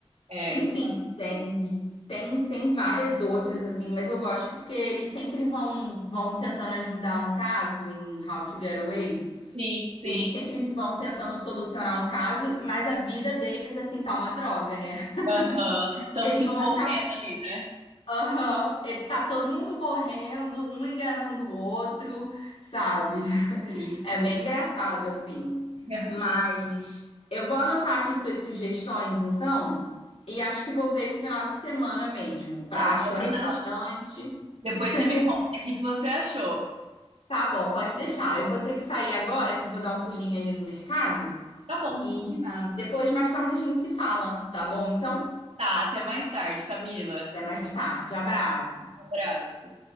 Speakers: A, on the right; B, on the left.
A: É,
B: Enfim,
A: você tá assim.
B: tem tem tem várias outras assim, mas eu gosto porque eles sempre vão vão tentando ajudar um caso em How to Get Away.
A: Sim, sim.
B: Eles sempre vão tentando solucionar um caso, mas a vida deles assim tá uma droga, né? <laughs>
A: Aham. Estão
B: Eles
A: se envolvendo
B: vão ficar
A: ali, né?
B: Aham, e tá todo mundo morrendo, um enganando o outro, sabe?
A: Sim,
B: É
A: sim.
B: bem engraçado, assim.
A: <laughs>
B: Mas eu vou anotar aqui suas sugestões, então. E acho que vou ver esse final de semana mesmo, pra
A: Tá,
B: chorar
A: combinado.
B: bastante.
A: Depois
B: <laughs>
A: você me conta o que que você achou.
B: Tá bom, pode deixar. Eu vou ter que sair agora, que eu vou dar um pulinho ali no mercado.
A: Tá bom,
B: E
A: combinado.
B: depois, mais tarde, a gente se fala, tá bom? Então,
A: Tá, até mais tarde, Camila.
B: até mais tarde. Abraço.
A: Um abraço.